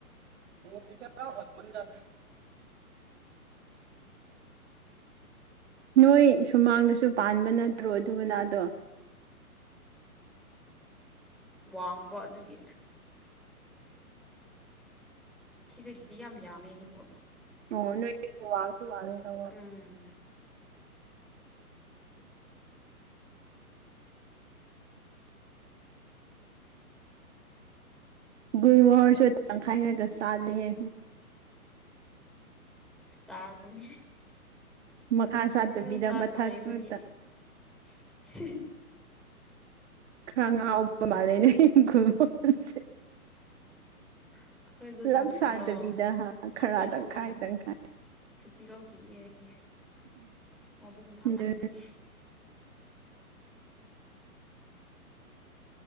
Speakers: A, on the right; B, in the centre.
A: ꯍꯖꯃꯟ ꯅꯣꯏ ꯁꯨꯃꯥꯡꯗꯁꯨ ꯄꯥꯟꯕ ꯅꯠꯇ꯭ꯔꯣ ꯑꯗꯨꯅꯥꯗꯣ
B: ꯋꯥꯡꯕ ꯑꯗꯨꯒꯤ ꯁꯤꯗꯒꯤꯗꯤ ꯌꯥꯝ ꯌꯥꯝꯃꯦ ꯑꯗꯨ
A: ꯑꯣ ꯅꯣꯏ ꯋꯥꯁꯨ ꯋꯥꯅꯦꯦꯅ ꯋꯥ
B: ꯎꯝ
A: ꯒꯨꯔ ꯋꯥꯔꯁꯨ ꯇꯪꯈꯥꯏꯉꯛꯇ ꯁꯥꯠꯂꯤꯦ
B: ꯏꯁꯇꯥꯅꯤ
A: ꯃꯈꯥ ꯁꯥꯠꯇꯕꯤꯗꯥ
B: ꯏꯁꯇꯥꯜ
A: ꯃꯊꯛꯠꯇ
B: ꯂꯩꯕꯒꯤ <inaudible>
A: ꯈꯔ ꯉꯥꯎꯕ ꯃꯥꯜꯂꯦꯅꯦꯈꯜꯁꯦ
B: ꯑꯩꯈꯣꯏ ꯒꯨꯟ
A: ꯂꯞ
B: ꯃꯣꯍꯣꯔꯗꯣ
A: ꯁꯥꯥꯗꯕꯤꯗꯥ ꯍꯥ
B: ꯁꯨꯇꯤ
A: ꯈꯔ
B: ꯂꯧꯈꯤ
A: ꯇꯪꯈꯥꯏ ꯇꯪꯈꯥꯏ
B: ꯁꯨꯇꯤ ꯂꯧꯈꯤꯒꯌꯦ ꯃꯄꯨꯡ ꯐꯥꯅꯤꯡꯉꯥꯏ
A: ꯑꯗꯨ